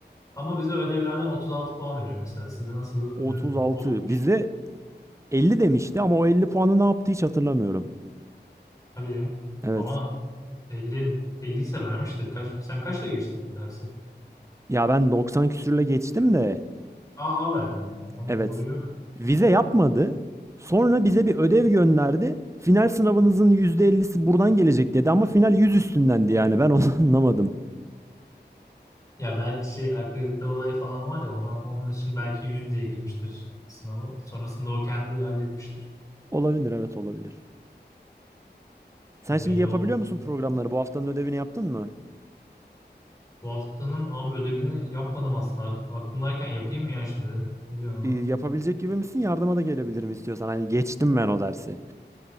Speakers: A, on the left; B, on the right.
A: ama bize ödevlerden 36 puan veriyor mesela. Sizde nasıl bilmiyorum.
B: 36.
A: Ok,
B: Bizde 50 demişti ama o 50 puanı ne yaptı hiç hatırlamıyorum.
A: Hadi ya.
B: Evet.
A: Ama 50 50 ise vermiştir. Kaç, sen kaçla geçtin dersi?
B: Ya ben 90 küsürle geçtim de.
A: A A verdin yani. Tamam
B: Evet.
A: sorun yok.
B: Vize yapmadı. Sonra bize bir ödev gönderdi. Final sınavınızın %50'si buradan gelecek dedi ama final 100 üstündendi yani ben onu <laughs> anlamadım.
A: Ya belki şey akredite olayı falan var ya ona, onun için belki 100 diye girmiştir sınavı. Sonrasında o kendi halletmiştir.
B: Olabilir evet olabilir. Sen
A: Ya
B: şimdi
A: belli
B: yapabiliyor
A: olmadı.
B: musun programları? Bu haftanın ödevini yaptın mı?
A: Bu haftanın abi ödevini yapmadım aslında. Ak- Aklımdayken yapayım mı ya şimdi? Ne diyorsun ona?
B: Ee, yapabilecek gibi misin? Yardıma da gelebilirim istiyorsan. Hani geçtim ben o dersi.